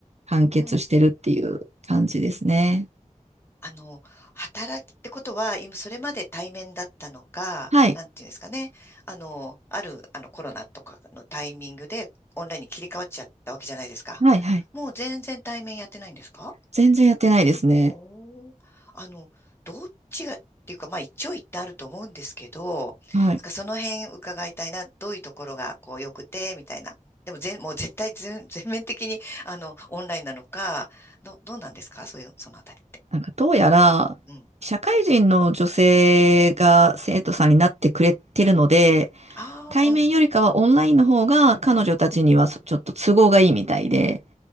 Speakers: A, on the right; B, on the left.
A: 完結してるっていう感じですね。
B: ん。あの、働きってことは、今、それまで対面だったのが、
A: はい。
B: なんていうんですかね。あの、ある、あの、コロナとかのタイミングで、オンラインに切り替わっちゃったわけじゃないですか。
A: はい、はい。
B: もう全然対面やってないんですか
A: 全然やってないですね。
B: おーあの、どっちがっていうか、まあ一長一短あると思うんですけど、
A: はい。
B: なんかその辺伺いたいな、どういうところがこう良くて、みたいな。でも全、もう絶対全、<laughs> 全面的に、あの、オンラインなのか、ど、どうなんですかそういう、そのあたりって。
A: なんかどうやら、
B: うん、
A: 社会人の女性が生徒さんになってくれてるので、
B: うん。ああ、
A: 対面よりかはオンラインの方が彼女たちにはそちょっと都合がいいみたいで、
B: うん、うん、うん。